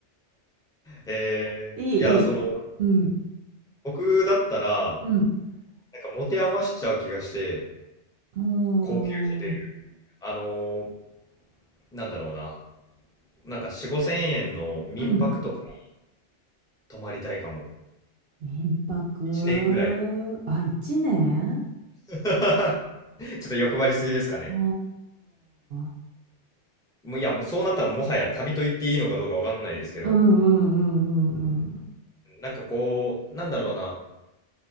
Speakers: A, in the centre; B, on the right.
A: ええ、
B: いい、
A: いや、
B: いい。
A: その、
B: うん、
A: 僕だったら、
B: うん、
A: なんか持て余しちゃう気がして、
B: も
A: 高級ホテル、あのー、なんだろうな、なんか4、5千円の民泊とかに
B: う、うん。
A: 泊まりたいかも。
B: 民泊、
A: 1年ぐらい。
B: あ、1年
A: <laughs> ちょっと欲張りすぎですかね。
B: ああ、
A: もう、いや、もうそうなったらもはや旅と言っていいのかどうかわかんないですけど、
B: うんうんうんうん
A: なんかこう、なんだろうな、